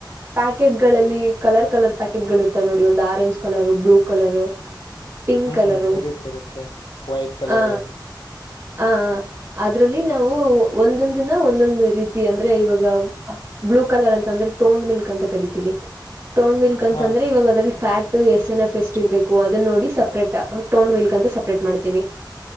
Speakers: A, on the right (about 30°); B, on the left (about 70°).
A: ಪ್ಯಾಕೆಟ್ಗಳಲ್ಲಿ ಕಲರ್ ಕಲರ್ ಪ್ಯಾಕೆಟ್ ಗಳು ಇರ್ತಾವ ನೋಡಿ ಒಂದು orange colour blue colour pink
B: ಹ್ಮ್
A: ಕಲರು
B: ಇರುತ್ತೆ ಇರುತ್ತೆ ವೈಟ್ ಕಲರು
A: ಹ ಹ ಅದ್ರಲ್ಲಿ ನಾವು ಒಂದೊಂದಿನ ಒಂದೊಂದು ರೀತಿ ಅಂದ್ರೆ ಇವಾಗ ಬ್ಲೂ ಕಲರ್ ಅಂತ ಅಂದ್ರೆ ಟೋಂಡ್ ಮಿಲ್ಕ್ ಅಂತ ಕರಿತೀವಿ ಟೌನ್ ಮಿಕ್ ಅಂದ್ರ
B: ಹಾ
A: ಇವಾಗ ಅದಲ್ಲಿ ಫ್ಯಾಟ್ ಎಸ್ ಎನ್ ಎಫ್ ಎಸ್ಟ್ ಇರ್ಬೇಕು ಅದನ್ನ ನೋಡಿ ಸಪ್ರೇಟ್ ಟೌನ್ ಮಿಲ್ಕ್ ಅಂತ ಸಪ್ರೇಟ್ ಮಾಡ್ತೀವಿ